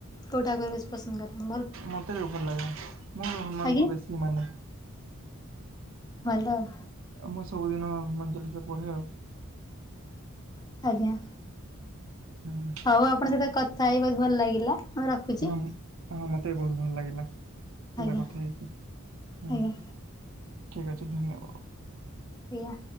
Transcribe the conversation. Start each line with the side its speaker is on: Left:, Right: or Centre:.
Left: କୋଉ ଠାକୁରକୁ ବେଶୀ ପସନ୍ଦ କରିବ?
Right: ମତେ ବି ଭଲ ଲାଗେ ମୁଁ ବି ହନୁମାନଙ୍କୁ
Left: ଆଜ୍ଞା
Right: ବେଶୀ ମାନେ।
Left: ଭଲ ଆଉ।
Right: ଆଉ ମୁଁ ସବୁଦିନ ହନୁମାନ ଚାଳିଶା ପଢ଼େ ଆଉ।
Left: ଆଜ୍ଞା।
Right: ହୁଁ।
Left: ହଉ ଆପଣଙ୍କ ସହିତ କଥା ହେଇ ବହୁତ ଭଲ ଲାଗିଲା ମୁଁ ରଖୁଛି।
Right: ହୁଁ ହଁ ମତେ ବି ବହୁତ ଭଲ ଲାଗିଲା ତୋ
Left: ଆଜ୍ଞା।
Right: ସହ କଥା ହେଇକି ହୁଁ।
Left: ଆଜ୍ଞା
Right: ଠିକ୍ ଅଛି ଧନ୍ୟ ଓ
Left: ସେଇଆ।